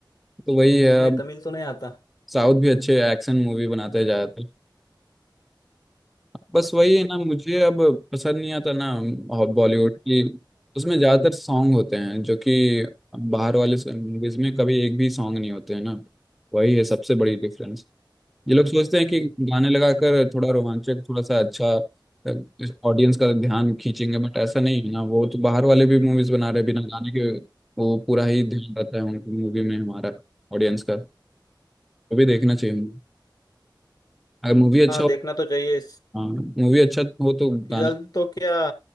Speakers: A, in the centre; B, on the left (about 50°).
A: तो वही है
B: नहीं
A: अब
B: तमिल तो नहीं आता
A: साउथ भी अच्छे एक्शन मूवी बनाते जाते बस वही है ना मुझे अब पसंद नहीं आता ना बॉलीवुड की उसमें ज़्यादातर सॉन्ग होते हैं जो कि बाहर वाले मूवीज में कभी एक भी सॉन्ग नहीं होते हैं ना वही है सबसे बड़ी डिफरेंस ये लोग सोचते हैं कि गाने लगाकर थोड़ा रोमांचक थोड़ा सा अच्छा ऑडियंस का ध्यान खींचेंगे बट ऐसा नहीं है ना वो तो बाहर वाले भी मूवीज बना रहे हैं बिना गाने के वो पूरा ही ध्यान रहता है उनकी मूवी में हमारा ऑडियंस का वो भी देखना चाहिए हमें। अगर मूवी अच्छा
B: हाँ
A: हो
B: देखना तो चाहिए
A: हाँ मूवी अच्छा हो तो
B: फिलहाल
A: गाने
B: तो क्या